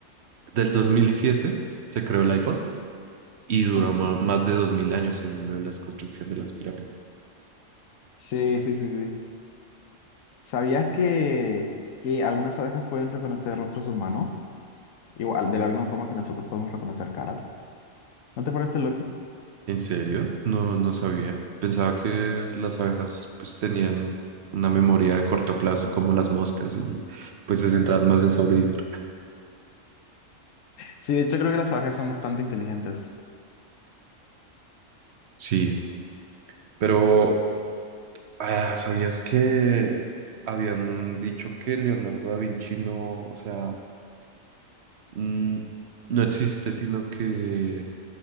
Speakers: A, on the right; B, on the left.
A: del 2007 se creó el iPhone y duró
B: Ujú.
A: ma- más de dos mil años en lo de las construcciones de las pirámides.
B: Sí, sí, sí, sí. ¿Sabías que, que algunas abejas pueden reconocer rostros humanos? Igual, de la misma forma que nosotros podemos reconocer caras. ¿No te parece loco?
A: ¿En serio? No, no sabía. Pensaba que las abejas pues tenían una memoria de corto plazo como las moscas y pues se centraban más en sobrevivir.
B: Sí, de hecho creo que las abejas son bastante inteligentes.
A: Sí, pero ah, ¿sabías que habían dicho que Leonardo da Vinci no, o sea, mm, no existe, sino que